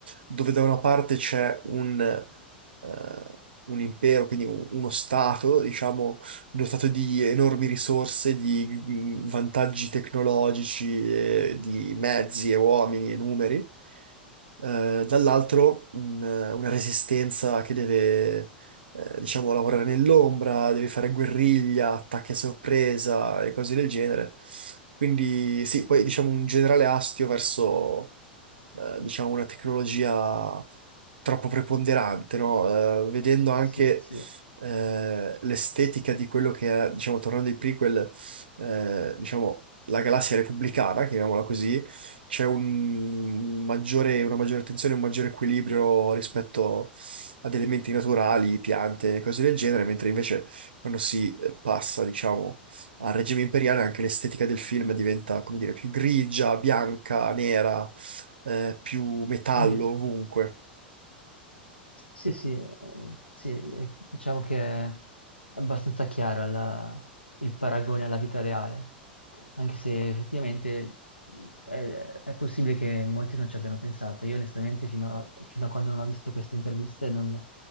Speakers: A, on the right (about 70°); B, on the left (about 85°).
A: Dove da una parte c'è un, eh, un impero, quindi un- uno stato, diciamo, dotato di enormi risorse, di mm, vantaggi tecnologici, eh, di mezzi e uomini e numeri, eh, dall'altro un- una resistenza che deve, eh, diciamo, lavorare nell'ombra, deve fare guerriglia, attacchi a sorpresa e cose del genere. Quindi sì, poi diciamo un generale astio verso eh, diciamo, una tecnologia troppo preponderante, no? Eh, vedendo anche
B: Sì, sì.
A: eh, l'estetica di quello che è, diciamo, tornando ai prequel, eh, diciamo, la galassia repubblicana, chiamiamola così, c'è un maggiore- una maggiore attenzione, un maggiore equilibrio rispetto ad elementi naturali, piante, cose del genere, mentre invece quando si eh, passa, diciamo, al regime imperiale anche l'estetica del film diventa, come dire, più grigia, bianca, nera, eh, più metallo
B: Mm.
A: ovunque.
B: Sì, sì, eh, sì, eh, diciamo che è abbastanza chiara la- il paragone alla vita reale, anche se effettivamente mh, è, è possibile che molti non ci abbiano pensato. Io onestamente fino a, fino a quando non ho visto queste interviste non,